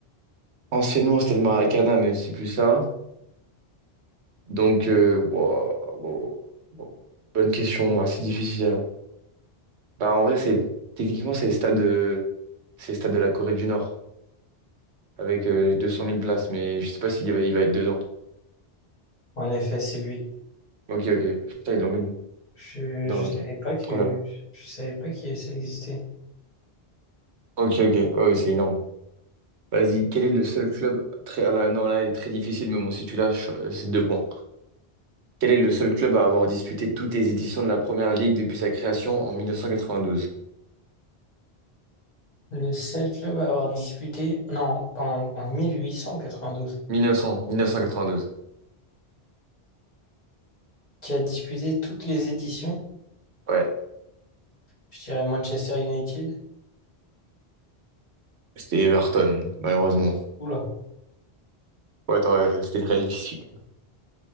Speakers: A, on the right; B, on the left.
A: anciennement, c'était le Maracana, mais c'est plus ça. Donc, euh, wow, wow, wow. bonne question, assez difficile. hein. Bah, en vrai, c'est techniquement, c'est le stade, euh, c'est le stade de la Corée du Nord, avec euh, deux cent mille places, mais je sais pas s'il va, il va être dedans.
B: En effet, c'est lui.
A: Ok, ok. Putain, ils l'ont mis
B: Je,
A: dedans,
B: je savais
A: ok.
B: pas que
A: Trop bien.
B: je savais pas que ça existait.
A: Ok, ok. Ouais, ouais, c'est énorme. Vas-y, quel est le seul club très... ah là, non, là, il est très difficile, mais bon, si tu lâches, euh, c'est deux points. Quel est le seul club à avoir disputé toutes les éditions de la Première Ligue depuis sa création en mille neuf cent quatre-vingt-douze
B: Le seul club à avoir disputé, non, en, en 1892,
A: 1900, 1992.
B: qui a disputé toutes les éditions,
A: Ouais,
B: je dirais Manchester United.
A: c'était Everton, malheureusement.
B: Oula.
A: Ouais, t'aurais- c'était très difficile.